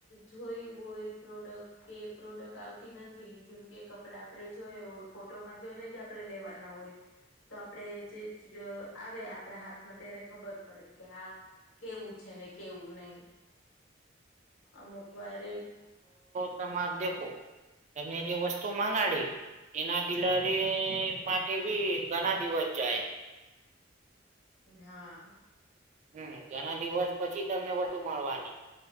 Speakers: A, on the left (about 80°); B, on the right (about 40°).
A: જોયું હોય પ્રોડક્ટ કે પ્રોડક્ટ આવતી નથી જેમ કે કપડા આપડે જોયો. ફોટોમાં જોઈને જ આપડણે લેવાના હોય તો આપણે જે આવે આપડા હાથમાં ત્યારે ખબર પડે કે આ કેવું છે ને કેવું નહી. અમુકવારે.
B: તમા દેખો તમે જે વસ્તુ મગાડી. એના ડીલવરી માટે ભી ઘણા દિવસ જાય.
A: હા.
B: હમ ઘણા દિવસ પછી તમને વછુ મળવાની.